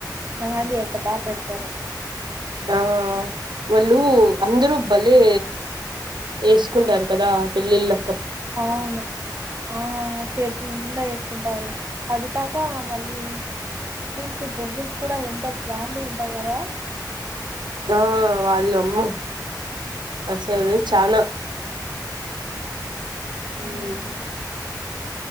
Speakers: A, on the right; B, on the right.
A: మెహందీ ఎంత బాగా పెడతారో
B: ఆ వాళ్ళు అందరూ భలే వేసుకుంటారు కదా పెళ్ళిళ్ళకి
A: అవును ఆ చేతి నిండా వేసుకుంటారు అది కాకా మళ్ళీ కుట్టించే డ్రెస్సెస్ కూడా ఎంత గ్రాండ్ గా ఉంటాయి కదా
B: ఆ వాళ్ళు అమ్మో అసలు చానా హు
A: మ్మ్.
B: మ్